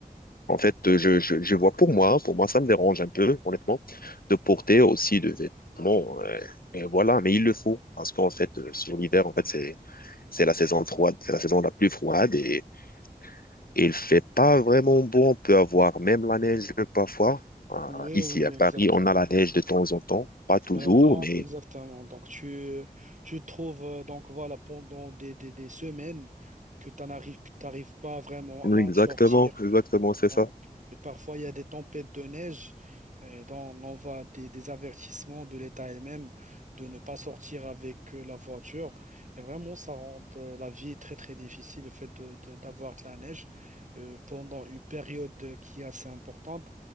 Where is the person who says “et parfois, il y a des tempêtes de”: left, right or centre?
Right